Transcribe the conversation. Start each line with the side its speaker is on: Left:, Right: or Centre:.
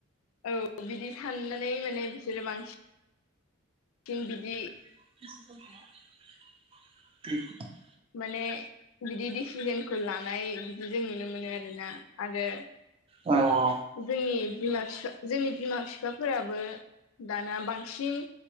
Left: औ बिदि साननानै माने बिसोरो बांसिन सिन बिदि
Right: <unintelligible>
Left: माने बिदि डिसिजोनखौ लानाय बिदि जों नुनो मोनो आरोना आरो
Right: औ औ
Left: जोंनि बिमा बिफा जोंनि बिमा बिफाफोराबो दाना बांसिन